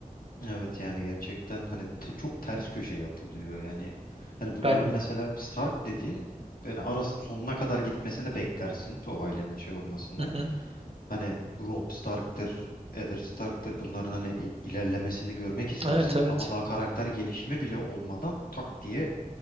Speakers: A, on the left (about 85°); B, on the right (about 40°).
A: Evet yani gerçekten hani t- çok ters köşe yapılıyor yani. Hani bunların
B: Ben
A: mesela Stark dediğin yani arası sonuna kadar gitmesini beklersin o ailenin şey olmasını.
B: Hı hı.
A: Hani Robb Stark'tır, Eddard Stark'tır bunların hani il- ilerlemesini görmek istersin
B: Evet evet.
A: ama daha karakter gelişimi bile olmadan tak diye